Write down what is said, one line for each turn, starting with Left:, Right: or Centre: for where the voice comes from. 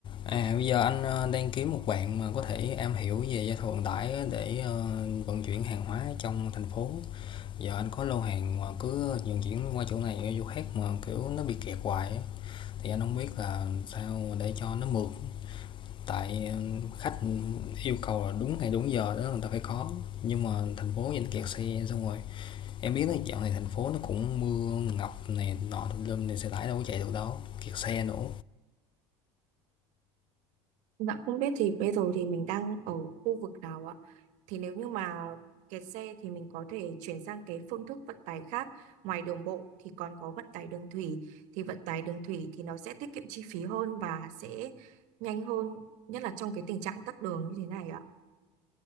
Left: À, bây giờ anh ờ, đang kiếm một bạn mà có thể am hiểu về giao thông vận tải để ờ, vận chuyển hàng hóa trong thành phố. Giờ anh có lô hàng mà cứ vận chuyển qua chỗ này qua chỗ khác mà kiểu nó bị kẹt hoài á. Thì anh không biết là sao để cho nó mượt. Tại ờ, khách yêu cầu là đúng ngày đúng giờ đó người ta phải có. Nhưng mà thành phố vẫn kẹt xe xong rồi. Em biết là dạo này thành phố nó cũng mưa ngập này nọ tùm lum này xe tải đâu có chạy được đâu. Kẹt xe nữa.
Right: Dạ không biết thì bây giờ thì mình đang ở khu vực nào ạ? Thì nếu như mà kẹt xe thì mình có thể chuyển sang cái phương thức vận tải khác. Ngoài đường bộ thì còn có vận tải đường thủy. Thì vận tải đường thủy thì nó sẽ tiết kiệm chi phí hơn và sẽ nhanh hơn, nhất là trong cái tình trạng tắc đường như thế này ạ.